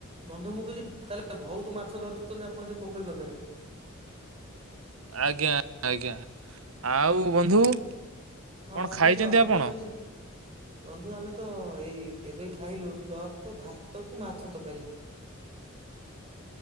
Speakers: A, on the right; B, on the right.
A: ବନ୍ଧୁ ମୁଁ କହିଲି ତାହେଲେ ଭଉତୁ ମାଛ ଧରୁଛନ୍ତି ଆପଣ ସେ ପୋଖରୀ ପାଖରେ।
B: ଆଜ୍ଞା ଆଜ୍ଞା ଆଉ ବନ୍ଧୁ କଣ
A: ହଁ ବନ୍ଧୁ
B: ଖାଇଛନ୍ତି
A: ଯୋଉ
B: ଆପଣ।
A: ଯୋଉ କାଲି ବନ୍ଧୁ ଆମେ ତ ଏଇ ଏବେ ଖାଇଲୁ ଜଷ୍ଟ ତ ଭାତ କୁ ମାଛ ତକାରୀ।